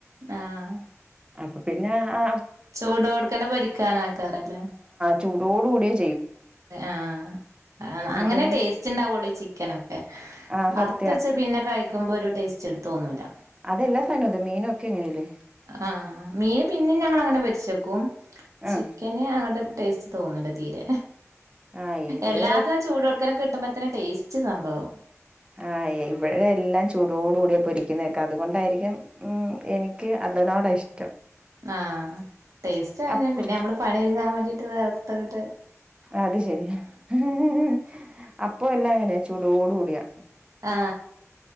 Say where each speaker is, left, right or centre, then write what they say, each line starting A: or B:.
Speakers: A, on the right; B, on the right.
A: ആഹ്
B: അപ്പോ പിന്നേ ആ
A: ചുടോടതന്നെ പൊരിക്കാനാകാർലേ
B: ചൂടോടുകൂടിയ
A: ആഹ് ആന്ന്
B: ആഹ്
A: അങ്ങനെ
B: പിന്നെ
A: ടെസ്റ്റുണ്ടാവൊള്ളൂ ചിക്കനൊക്കെ
B: ആഹ് സത്യാ
A: അറുത്ത് വെച്ച പിന്നെ കഴിക്കുമ്പോ ഒരു ടെസ്റ്റ് തോന്നൂല
B: അതെല്ലാ സാധനവും അതെ മീനും ഒക്കെ അങ്ങനെയല്ലേ
A: ആഹ് മീന് പിന്നേം ഞങ്ങള് അങ്ങിനെ പൊരിചെക്കും
B: ആഹ്
A: ചിക്കന് അങ്ങട്ട് ടെസ്റ്റ്തൊന്നുല്ല തീരെ
B: ആഹ് ഇത്
A: എല്ലാതും ചോടോടകനെ കെ ട്ടുംപതിനു ടെസ്റ്റ്‌ സംഭവം
B: ആ ഇവിടെല്ലാം ചൂടോടു കൂടി പൊരിക്കുന്നെക്കെ അതുകൊണ്ടായിരിക്കും എനിക്ക് അതിന്നോടഷ്
A: ആഹ് ടെസ്റ്റാന്ന
B: അപ്പൊ
A: പിന്നമ്മള് പണിഴിഞ്ഞാമതി <unintelligible>
B: അത് ശരി ഹ് ഹ് ഹ് അപ്പോല്ലാങ്ങനെ ചൂടോടുകൂടിയ
A: ആ